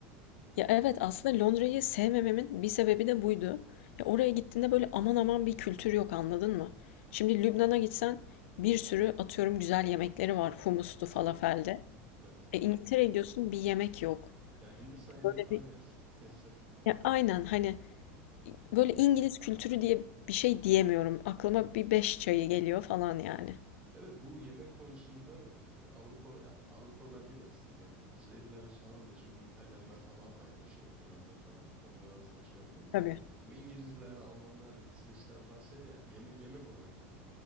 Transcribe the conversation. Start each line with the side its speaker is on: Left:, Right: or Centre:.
Left: Ya evet aslında Londra'yı sevmememin bir sebebi de buydu. Ya oraya gittiğinde böyle aman aman bir kültür yok anladın mı? Şimdi Lübnan'a gitsen bir sürü atıyorum güzel yemekleri var humustu
Right: Tabii.
Left: falafelde.
Right: Hı hı. Evet,
Left: E İngiltere'ye
Right: evet.
Left: gidiyorsun bir yemek yok.
Right: Ya Hindistan yemeği
Left: Böyle
Right: falan
Left: bir
Right: yersin. <laughs> yersin.
Left: ya aynen hani böyle İngiliz kültürü diye bir şey diyemiyorum. Aklıma bir beş çayı geliyor falan yani.
Right: Evet bu yemek konusunda e, Avrupa ya, Avrupalılar değil aslında. Kuzeyliler falan değil. Çünkü İtalyanlar falan apayrı bir şey. Yunanlar falan. Onları asla şey yapmıyorum da.
Left: Tabii.
Right: Bu İngilizler, Almanlar, İsveçler falan şey yani. Yeme yemek olarak tabii.